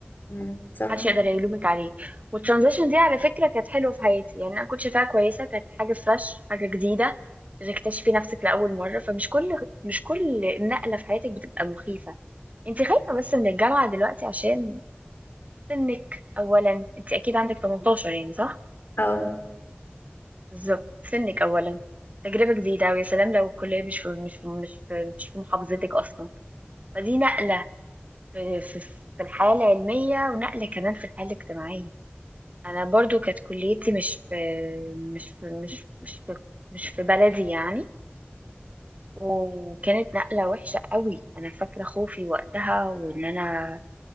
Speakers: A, on the left; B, on the right.
A: امم صح
B: محدش يقدر يلومك عليه والترانزيشن دي على فكره كانت حلوه في حياتي يعني انا كنت شايفاها كويسه كانت حاجه فريش حاجه جديده بتكتشفي نفسك لاول مره فمش كل مش كل نقله في حياتك بتبقى مخيفه انت خايفه بس من الجامعه دلوقتي عشان سنك اولا انت اكيد عندك 18 يعني صح
A: او
B: بالظبط سنك أولا تجربة جديدة ويا سلام لو الكلية مش في مش في مش في, مش في محافظتك أصلا فدي نقلة في, في, في الحياة العلمية ونقلة كمان في الحياة الاجتماعية أنا برضو كانت كليتي مش في مش في مش مش في مش في بلدي يعني وكانت نقلة وحشة قوي أنا فاكرة خوفي وقتها وإن أنا